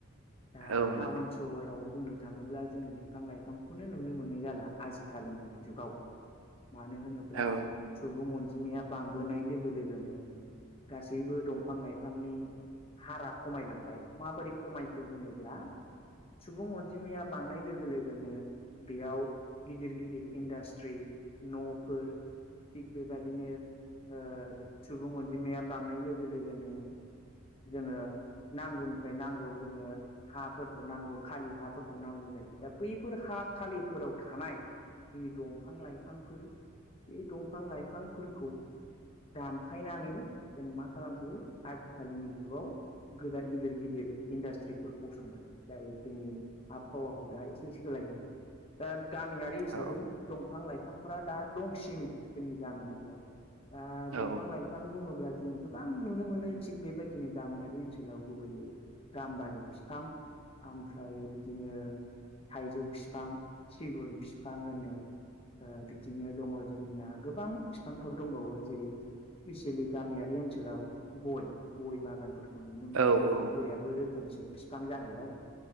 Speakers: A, on the left (about 25°); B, on the right (about 80°).
A: दा
B: औ
A: टाउन
B: नोंथां
A: सहराव बुं नो थाङोब्ला जोङो बिफां-लाइफांखौनो नुनो मोननाय जाला आजिखालिनि जुगाव। मानो होनोब्ला
B: औ
A: सुबुं अनजिमाया बांबोनाय लोगो लोगोनो गासैबो दंफां-लाइफांनि हारा खमायलांबाय माबोरै खमाय खो होनोब्ला सुबुं अनजिमाया बांनाय लोगो-लोगोनो बेयाव गिदिर गिदिर इन्डास्ट्रि न'फोर थिग बेबादिनो ओ सुबुं अनजिमाया बांनाय लोगो लोगोनो जोङो नांगौनिफ्राय नांगौ जोंनो हाफोरखौ नांगौ खालि हाफोरखौ नांगौ जायो दा बैफोर हा खालिफोराव थानाय जि दंफां लाइफांफोर बे दंफां लाइफांफोरखौ दानफायनानै जों मा खालामखो आजिखालिनि जुगाव गोदा गिदिर गिदिर इन्डास्ट्रिफोर फसंबाय जाय जोंनि आबहावाखौ दा एसे सोलायहोदों। दा गामियारि हिसाबै
B: औ
A: दंफां लाइफांफ्रा दा दंसिनो जोंनि गामियारियाव आ
B: औ
A: दंफां लाइफां बुङोब्ला जोंङो गोबां नुनो मोनो थिग बेबायदिनो गामियारि ओनसोलाव गुबैयै गाम्बारि बिफां, ओमफ्राय बिदिनो थाइजौ बिफां, सिगुन बिफां होनो बिदिनो दङ जोंनिया गोबां बिफांफोर दंबावो जेरै- स्पिसेयेलि गामियारि ओनसलाव गय गय बागानफोरखौ नुनो मोननाय
B: औ
A: जायो
B: औ
A: गइयाबो रोखोमसे बिफां जाहैबाय